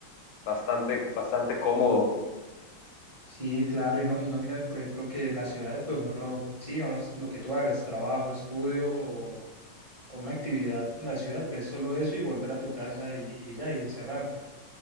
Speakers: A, on the left; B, on the right.
A: bastante, bastante cómodo,
B: Sí, claro, y no, y no miras, por ejemplo, que en las ciudades, pues uno, sí, digamos, lo que tú hagas, trabajo, estudio o, o una actividad en la ciudad, pues solo eso y volver a tu casa y, y ya, y encerrarte.